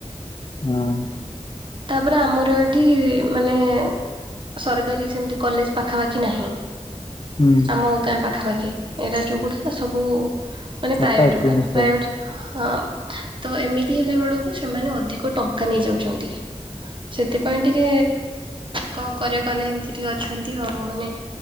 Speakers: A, on the left; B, on the right.
A: ହଁ।
B: ତାପରେ ଆମର ଏଠି ମାନେ ସରକାରୀ ସେମିତି କଲେଜ ପାଖାପାଖି ନାହିଁ।
A: ହୁଁ।
B: ଆମ ଗାଁ ପାଖାପାଖି ଏଟ ଯୋଉ ଗୁଡା ସବୁ ମାନେ
A: କଟକ
B: ପ୍ରାଇଭେଟ
A: ଭୁବନେଶ୍ୱର।
B: ଗୁଡା ପ୍ରଭେଟ ହଁ ତ ଏମିତି ହେଲା ବେଳକୁ ସେମାନେ ଅଧିକ ଟଙ୍କା ନେଇଯାଉଛନ୍ତି। ସେଥିପାଇଁ ଟିକେ କଣ କର କ ନା ଏମିତି ଟିକେ ଅଛନ୍ତି ଆଉ ମାନେ